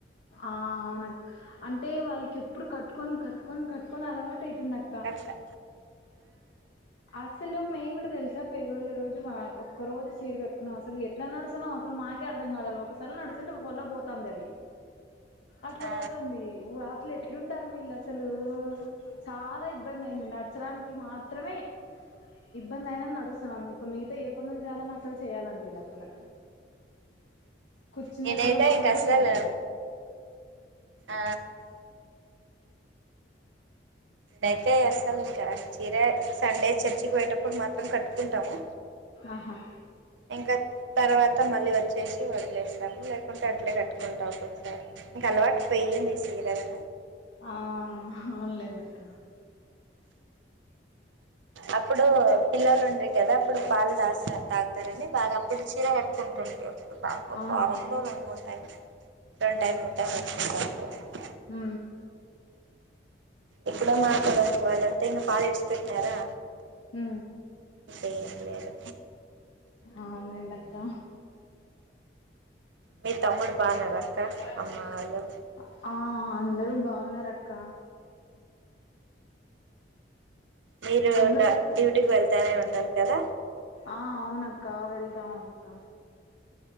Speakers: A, on the left; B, on the right.
A: ఆ అవును అక్ అంటే వాళ్ళకి ఎప్పుడు కట్టుకొని కట్టుకొని కట్టుకొని అలవాటు అయితుంది అ
B: ఎక్స్ కా
A: అస్సలు మేము కూడా తెలుసా ఫేర్వెల్ డే రోజు ఒక్కోరోజు చీర కట్టుకున్నాం అసలు ఎ ఎట్లా నడుస్తున్నాం అసలు మా కూడా అర్ధం కాలే అల నడుస్తుంటే ఒకవల్ల పోతంది అది అట్లా
B: ఆ
A: పోతంది ఓ అట్లా ఎట్లుంటారు వీళ్ళు అసలు చాలా ఇబ్బంది అయింది నడచడానికి మాత్రమే ఇబ్బంది అయినా నడుస్తున్నాం ఇంక మిగతా ఏ పనులు చేయాలన్న అసలు చేయాలనీపిలే అసలు కూర్చునేటోళ్ళం
B: నేనైతే
A: పక్కకు
B: ఇంక అసలు
A: కూడా జరగాల
B: ఆ అయితే అసలు ఇంకా చీరె సండే చర్చికి పోయేటప్పుడు మాత్రం కట్టుకుంటాము
A: ఆహా
B: ఇంకా తర్వాత మళ్ళీ వచ్చేసి వదిలేస్తాము లేకుంటే అట్లే కట్టు కుంటాము ఒక్కసారి ఇంక అలవాటు పోయింది సీరలు
A: ఆ అవును లెండి అక్క
B: అప్పుడు పిల్లలు ఉండే కదా అప్పుడు పాలు దాస్త తాగుతారని బాగా అప్పుడు చీర కట్టుకుంటుంటె
A: అవునులే
B: వరంలో రెండు మూడు టైం రెండు టైం ఉంటా వంట ఉంట <unintelligible>
A: హు
B: ఎక్కడ మా అక్కడని వాళ్ళంతా ఇంకా పాలు ఈడ్చి పెట్టరా
A: హు
B: ఏం లేదు
A: అవునండి అక్క
B: మీ తమ్ముడు బాగున్నారా అక్క
A: <inaudible>
B: అమ్మ వాళ్ళు
A: ఆ అందరూ బాగున్నారు అక్క
B: మీరు
A: అందరూ
B: డా డ్యూటీకి వెళ్తానే ఉంటారు కదా
A: ఆ అవునక్క వెళ్దాం అక్క